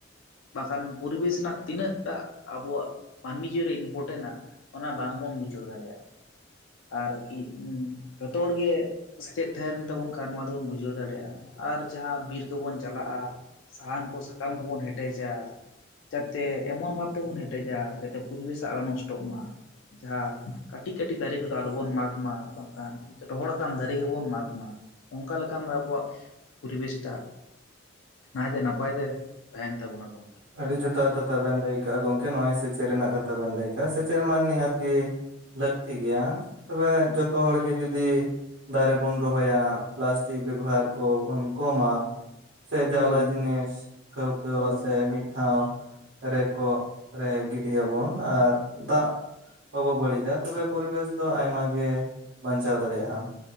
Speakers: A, on the left (about 85°); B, on the right (about 70°).
A: ᱵᱟᱠᱷᱟᱱ ᱯᱚᱨᱤᱵᱮᱥ ᱨᱮᱱᱟᱜ ᱛᱤᱱᱟᱹᱜ ᱴᱟᱜ ᱟᱵᱚᱣᱟᱜ ᱢᱟᱹᱱᱢᱤ ᱡᱤᱭᱚᱱ ᱨᱮ ᱤᱱᱯᱚᱼᱼ ᱴᱮᱱᱟ ᱚᱱᱟ ᱵᱟᱝᱵᱚᱱ ᱵᱩᱡᱷᱟᱹᱣ ᱫᱟᱲᱮᱭᱟᱜᱼᱟ᱾ ᱟᱨ ᱤᱜ ᱡᱚᱛᱚ ᱦᱚᱲ ᱜᱮᱼᱼᱼ ᱥᱮᱪᱮᱫ ᱛᱟᱦᱮᱱ ᱛᱟᱵᱚᱱ ᱠᱷᱟᱱ ᱱᱚᱣᱟ ᱫᱚᱵᱚᱱ ᱵᱩᱡᱷᱟᱹᱣ ᱫᱟᱲᱮᱭᱟᱜᱼᱟ᱾ ᱟᱨ ᱡᱟᱦᱟᱸ ᱵᱤᱨ ᱠᱚᱵᱚᱱ ᱪᱟᱞᱟᱜᱼᱟᱼᱼ ᱥᱟᱦᱟᱱ, ᱠᱚ ᱥᱟᱠᱟᱢ, ᱠᱚᱵᱚᱱ ᱦᱮᱴᱮᱡᱼᱟ᱾ ᱡᱟᱛᱮ ᱮᱢᱚᱱ ᱵᱷᱟᱵ ᱛᱮᱵᱚᱱ ᱦᱮᱴᱮᱡᱼᱟ᱾ ᱡᱟᱛᱮ ᱯᱚᱨᱤᱵᱮᱥ ᱟᱨᱚ ᱱᱚᱥᱴᱚᱜ ᱢᱟ᱾ ᱡᱟᱦᱟᱸ ᱠᱟᱹᱴᱤᱡ ᱠᱟᱹᱴᱤᱡ ᱫᱟᱨᱮ ᱠᱚᱫᱚ ᱟᱞᱚᱵᱚᱱ ᱢᱟᱜᱽ ᱢᱟ ᱵᱟᱝᱠᱷᱟᱱᱼᱼ ᱨᱚᱦᱚᱲ ᱟᱠᱟᱱ ᱫᱟᱨᱮ ᱜᱮᱵᱚᱱ ᱢᱟᱜᱽ ᱢᱟ ᱚᱝᱠᱟ ᱞᱮᱠᱷᱟᱱ ᱫᱚ ᱟᱵᱚᱣᱟᱜ ᱯᱚᱨᱤᱵᱮᱥ ᱴᱟᱜᱼᱼ ᱱᱟᱭᱛᱮ ᱱᱟᱯᱟᱭ ᱛᱮ ᱛᱟᱦᱮᱱ ᱛᱟᱵᱚᱱᱟ ᱠᱚ
B: ᱟᱹᱰᱤ ᱡᱚᱛᱷᱟᱛ ᱠᱟᱛᱷᱟ ᱵᱮᱱ ᱞᱟᱹᱭ ᱠᱟᱜᱼᱟ᱾ ᱜᱚᱝᱠᱮ ᱱᱚᱜᱚᱭ ᱥᱮᱪᱮᱫ ᱨᱮᱱᱟᱜ ᱠᱟᱛᱷᱟ ᱵᱮᱱ ᱞᱟᱹᱭ ᱠᱟᱜᱼᱟ᱾ ᱥᱮᱪᱮᱫ ᱨᱮ ᱢᱟ ᱱᱤᱦᱟᱹᱛ ᱜᱤᱼᱼ ᱞᱟᱹᱠᱛᱤ ᱜᱮᱭᱟ ᱛᱚᱵᱮ ᱡᱚᱛᱚ ᱦᱚᱲ ᱜᱮ ᱡᱩᱫᱤᱼᱼᱼ ᱫᱟᱨᱮ ᱵᱚᱱ ᱨᱚᱦᱚᱭᱟ ᱯᱞᱟᱥᱴᱤᱠ ᱵᱮᱵᱚᱦᱟᱨ ᱠᱚᱵᱚᱱ ᱠᱚᱢᱟᱼᱼᱼ ᱥᱮ
A: ᱦᱳᱭ
B: ᱡᱟᱣᱨᱟ
A: ᱜᱚᱝᱠᱮ
B: ᱡᱤᱱᱤᱥ ᱴᱷᱟᱹᱣᱠᱟᱹ
A: ᱦᱳᱭ
B: ᱣᱥᱮ ᱢᱤᱫᱼᱼ ᱴᱷᱟᱶ ᱨᱮᱠᱚ ᱨᱮ ᱜᱤᱰᱤᱭᱟᱵᱚᱱ ᱟᱨ ᱫᱟᱜᱼᱼ ᱵᱟᱵᱚ ᱵᱟᱹᱲᱤᱡᱟ ᱛᱚᱵᱮ ᱯᱚᱨᱤᱵᱮᱥ ᱫᱚ ᱟᱭᱢᱟ ᱜᱮ ᱵᱟᱧᱪᱟᱣ ᱫᱟᱲᱮᱭᱟᱜᱼᱟᱢ᱾